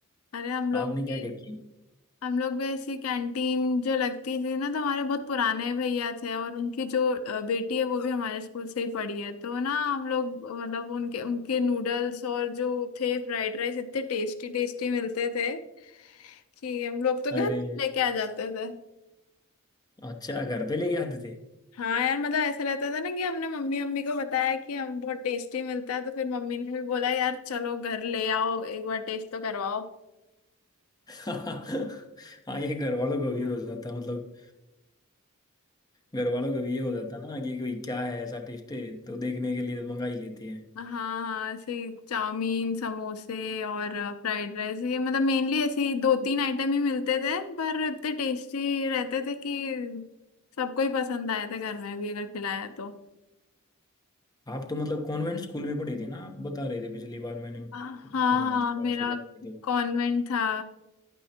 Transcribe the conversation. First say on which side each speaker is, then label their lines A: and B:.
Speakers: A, on the left; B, on the left.
A: अरे हम लोग
B: आपने
A: भी
B: क्या क्या किया
A: हम लोग भी ऐसी कैंटीन जो लगती थी ना तो हमारे बहुत पुराने भैया थे और उनकी जो अ, बेटी है वो भी हमारे स्कूल से ही पढ़ी है तो ना हम लोग अ, मतलब उनके उनके नूडल्स और जो थे फ्राइड राइस इतने टेस्टी टेस्टी मिलते थे कि हम लोग तो घर
B: अरे
A: <laughs> लेके आ जाते थे
B: अच्छा घर पे लेके आते थे
A: हाँ यार मतलब ऐसा रहता था ना कि हमने मम्मी मम्मी को बताया कि हम बहुत टेस्टी मिलता है तो फिर मम्मी ने भी बोला यार चलो घर ले आओ एक बार टेस्ट तो करवाओ
B: <laughs> हाँ ये घर वालों को भी हो जाता है मतलब घर वालों को भी ये हो जाता ना कि कोई क्या है ऐसा टेस्ट है तो देखने के लिए मंगा ही लेते हैं
A: हाँ हाँ ऐसे चाउमीन समोसे और फ्राइड राइस ये मतलब मेनली ऐसी दो तीन आइटम ही मिलते थे पर इतने टेस्टी रहते थे कि सबको ही पसंद आए थे घर में भी अगर खिलाया तो
B: आप तो मतलब कॉन्वेंट स्कूल में पढ़े थे ना आप बता रहे थे पिछली बार मैंने
A: हाँ हाँ
B: सुना मतलब
A: मेरा
B: आपसे बात की थी
A: कॉन्वेंट था